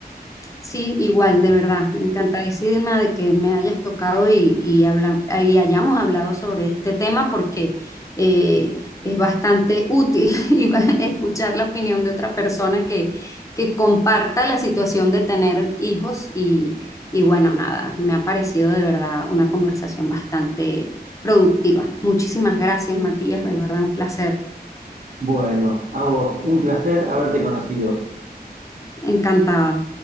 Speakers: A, on the left (about 20°); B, on the right (about 55°).
A: Sí, igual, de verdad, encantadísima de que me hayas tocado y, y, habla- y hayamos hablado sobre este tema porque eh, es bastante útil <laughs> y va- escuchar la opinión de otra persona que, que comparta la situación de tener hijos y, y bueno, nada, me ha parecido de verdad una conversación bastante productiva. Muchísimas gracias, Matías, de verdad un placer,
B: Bueno, a vos, un placer haberte conocido.
A: encantada.